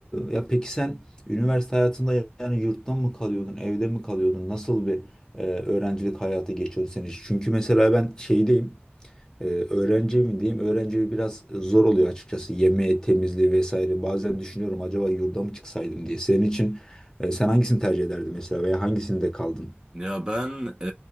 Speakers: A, on the left; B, on the right.
A: ya peki sen üniversite hayatında yani yurtta mı kalıyordun, evde mi kalıyordun? Nasıl bir e, öğrencilik hayatı geçiyordu senin için? Çünkü mesela ben şeydeyim. Ee, öğrenci mi diyeyim? Öğrenci evi biraz zor oluyor açıkçası. Yeme, temizliği vesaire. Bazen düşünüyorum acaba yurda mı çıksaydım diye. Senin için e, sen hangisini tercih ederdin mesela veya hangisinde kaldın?
B: Ya ben e,